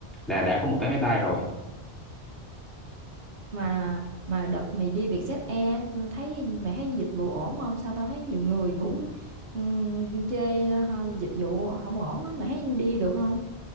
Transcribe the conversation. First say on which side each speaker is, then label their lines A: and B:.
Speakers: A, in the centre; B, on the right.
A: là đã có một vé máy bay rồi
B: mà mà đợt mày đi Vietjet Air ừ, thấy mày thấy dịch vụ ổn không sao tao thấy nhiều người cũng ừm, chê ha, dịch vụ không ổn á mày thấy đi được không